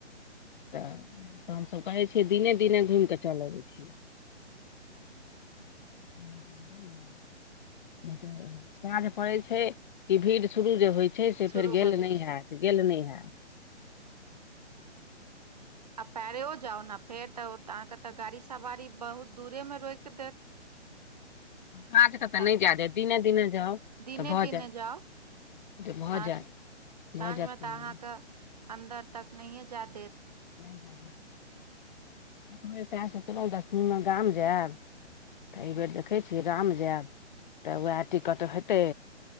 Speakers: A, on the left; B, on the right.
A: तऽ हमसभ कहै छियै, दिने दिने घूमि कऽ चलि अबैत छी। <inaudible> तऽ साँझ पड़ै छै कि भीड़ शुरू जे होइ छै, से
B: शुरू
A: फेर गेल
B: भऽ जाइ
A: नहि
B: छै
A: होइत। गेल नहि हइ।
B: आ पैरो जाउ ने फेर तऽ अहाँके गाड़ी सवारी बहुत दूरेमे रोक देत।
A: काजमे तऽ
B: तक
A: नहि जाय दे, दिने दिने जाउ
B: दिने
A: तऽ भऽ
B: दिने
A: जायत।
B: जाउ
A: भऽ
B: साँझ
A: जायत भऽ
B: साँझमे
A: जायत कोनो
B: तऽ अहाँके अन्दर तक नहिए जाय देत।
A: नहि, एक बेर सएह सोचलहुँ, दस दिनमे गाम जायब। तऽ एहिबेर देखैत छियै, गाम जायब तऽ वएह टिकत हेतै।